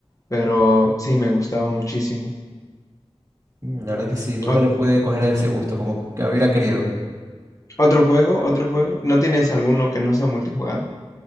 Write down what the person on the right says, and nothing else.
Mm, La verdad que sí, nunca
le pude coger ese gusto como que hubiera querido.